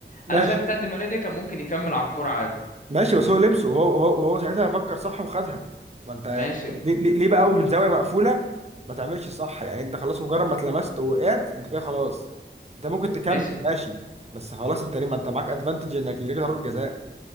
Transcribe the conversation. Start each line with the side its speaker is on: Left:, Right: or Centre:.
Right: ماشي
Left: انا شايف بتاعت دي ماريا دي كان ممكن يكمل على الكورة عادي
Right: ماشي بس هو لمسه وهو هو هو ساعتها فكر صح وخدها ما انت
Left: ماشي
Right: ليه, ليه ليه بقى من زاويه مقفوله ما تعملش صح يعني انت خلاص مجرد ما اتلمست ووقعت انت كده خلاص انت ممكن تكمل
Left: ماشي
Right: ماشي بس خلاص انت ليه ما انت معاك ادفانتج انك ليك ضربه جزاء